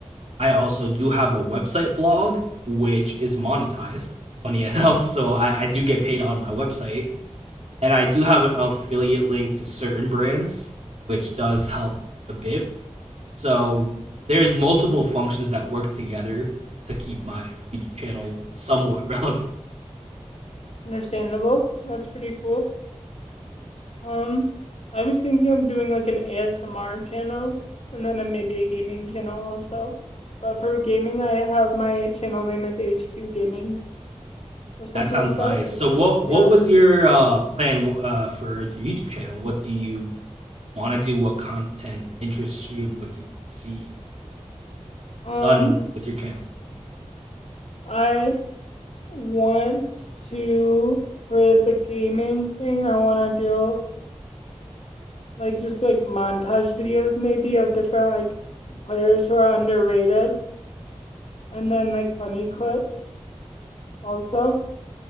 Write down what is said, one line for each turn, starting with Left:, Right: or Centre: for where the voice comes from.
Right: I also do have a website blog which is monetized, funny <laughs> enough, so I, I do get paid on my website. And I do have an affiliate link to certain brands, which does help a bit so there's multiple functions that work together to keep my YouTube channel somewhat <laughs> relevant.
Left: understandable. That's pretty cool. Um, I was thinking of doing like an ASMR channel and then maybe a gaming channel also. But for gaming, I have my channel name is HQ Gaming or something
Right: That sounds
Left: like that.
Right: nice.
Left: It's
Right: So
Left: like,
Right: what what
Left: yeah.
Right: was your uh, plan uh, for your YouTube channel? What do you want to do? What content interests you, and what do you want to see
Left: Um,
Right: done with your channel?
Left: I want to, for the gaming thing, I want to do like just like montage videos maybe of different like players who are underrated and then like funny clips also